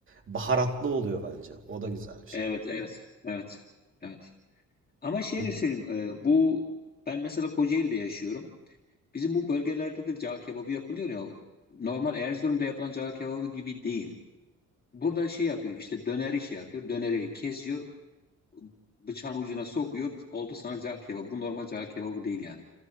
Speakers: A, on the right (about 40°); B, on the left (about 30°).
A: baharatlı oluyor bence. O da güzel bir şey.
B: Evet, evet, evet. Evet. Ama şeyini
A: Peki
B: söyleyeyim. e, bu ben mesela Kocaeli'de yaşıyorum. Bizim bu bölgelerde de cağ kebabı yapılıyor ya. Normal Erzurum'da yapılan cağ kebabı gibi değil. Burada şey yapıyor işte döneri şey yapıyor. Döneri kesiyor. Bıçağın ucuna sokuyor. Oldu sana cağ kebabı. Bu normal cağ kebabı değil yani.